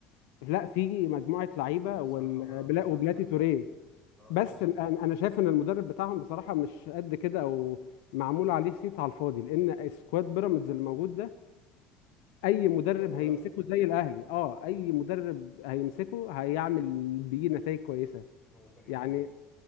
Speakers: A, on the left; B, in the centre.
A: لا في مجموعه لعيبه
B: ايه بصراحه
A: وال-
B: بيراميدز
A: بلا- وبلاتي
B: احسن
A: توريه
B: اه
A: بس
B: انا شايف
A: ال- انا أنا شايف ان المدرب بتاعهم بصراحه مش قد كده او معمول عليه صيت على الفاضي لان سكواد بيراميدز اللي موجود ده اي مدرب
B: قوي
A: هيمسكه
B: ها
A: زي الاهلي اه اي مدرب هيمسكه هيعمل بيه نتائج كويسه
B: هو فريق
A: يعني
B: قوي